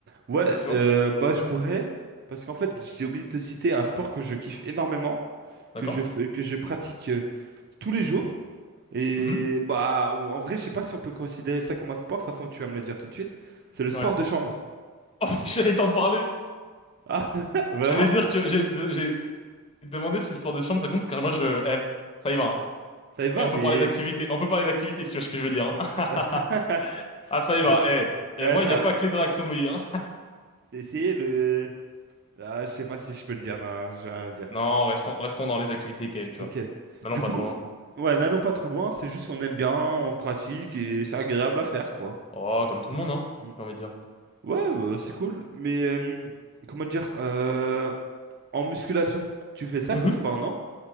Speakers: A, on the right; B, on the left.
A: ouais,
B: et tu vois?
A: euh, bah, je pourrais, parce qu'en fait, j'ai oublié de te citer un sport que je kiffe énormément,
B: D'accord?
A: que je fais, que je pratique euh, tous les jours. Et,
B: Mhm.
A: bah, en, en vrai, je sais pas si on peut considérer ça comme un sport, de toute façon, tu vas me le dire tout de suite. C'est le sport
B: Ouais.
A: de
B: <laughs>
A: chambre.
B: Oh, mais j'allais t'en parler!
A: Ah, <laughs> vraiment?
B: J'allais dire que j'ai j'ai demandé si le sport de chambre ça compte, car moi je... Eh, ça y va, hein.
A: Ça y va,
B: Et on
A: mais.
B: peut parler d'activité. On peut parler d'activité si tu vois ce que je veux dire, hein.
A: <laughs>
B: <laughs> Ah, ça y va,
A: Euh,
B: eh. Et
A: euh,
B: moi,
A: t'as
B: il n'y a pas que les draps qui sont mouillés, hein.
A: essayé le. Ah, je sais pas si je peux le dire, non, je vais rien dire.
B: Non, restons, restons dans les activités quand même, tu
A: Ok.
B: vois. N'allons
A: Du
B: pas
A: coup,
B: trop loin.
A: ouais, n'allons pas trop loin, c'est juste on aime bien, on pratique et c'est agréable à faire, quoi.
B: Oh, comme tout le monde, hein,
A: Mm.
B: j'ai envie de dire.
A: Ouais, bah, c'est cool, mais euh, comment dire, euh, en musculation, tu fais ça
B: Mhm.
A: comme sport, non?